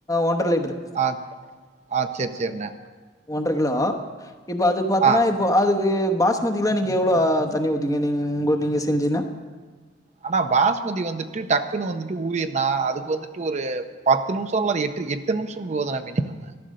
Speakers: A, on the left (about 20°); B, on the right (about 40°).
A: ஒன்றரை லிட்டரு
B: ஆ அ சேரி சேரிண்ணே
A: ஒன்றகிலோ இப்ப அது பாத்தன்னா
B: ஆ.
A: இப்போ அதுக்கு பாஸ்மதிலா நீங்க எவ்ளோ தண்ணி ஊத்துவிங்க நீங் உங் நீங்க செஞ்சிங்னா
B: ஆனா பாஸ்மதி வந்துட்டு டக்குன்னு வந்துட்டு ஊரியர்னா அதுக்கு வந்துட்டு ஒரு பத்து நிமிஷம் இல்ல எட்டு எட்டு பத்து நிமிஷம் போதுணா மினிமம்